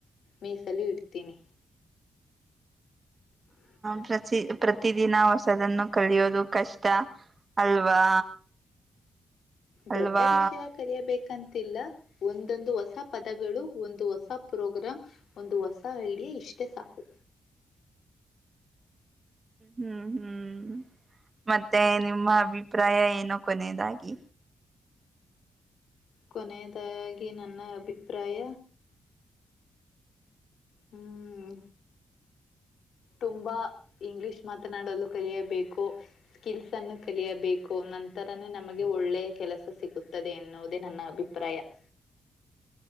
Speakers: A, on the left (about 65°); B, on the right (about 30°).
A: ಮೀಸಲು ಇಡ್ತೀನಿ ಹ
B: ಪ್ರ ಪ್ರತಿದಿನ ಹೊಸದನ್ನು ಕಲಿಯೋದು ಕಷ್ಟ ಅಲ್ವಾ.
A: ದೊಡ್ಡ
B: ಅಲ್ವಾ
A: ವಿಷಯ ಕಲಿಯಬೇಕು ಕಂತಲ್ಲ ಒಂದೊಂದು ಹೊಸ ಪದಗಳು, ಒಂದು ಹೊಸ ಪ್ರೋಗ್ರಂ, ಒಂದು ಹೊಸ ಐಡಿಯಾ, ಇಷ್ಟೇ ಸಾಕು
B: ಹ್ಮ್ ಹ್ಮ್ ಹ್ಮ್ ಮತ್ತೆ ನಿಮ್ಮ ಅಭಿಪ್ರಾಯ ಏನೋ ಕೊನೆಯದಾಗಿ.
A: ಕೊನೆಯದಾಗಿ ನನ್ನ ಅಭಿಪ್ರಾಯ ಹ್ಮ್ ತುಂಬಾ ಇಂಗ್ಲಿಷ್ ಮಾತನಾಡಲು ಕಲಿಯಬೇಕು ಸ್ಕಿಲ್ಸ್ ಅನ್ನು ಕಲಿಯಬೇಕು ನಂತರನೇ ನಮಗೆ ಒಳ್ಳೆಯ ಕೆಲಸ ಸಿಗುತ್ತದೆ ಎನ್ನುವುದೇ ನನ್ನ ಅಭಿಪ್ರಾಯ. ಹ ಹ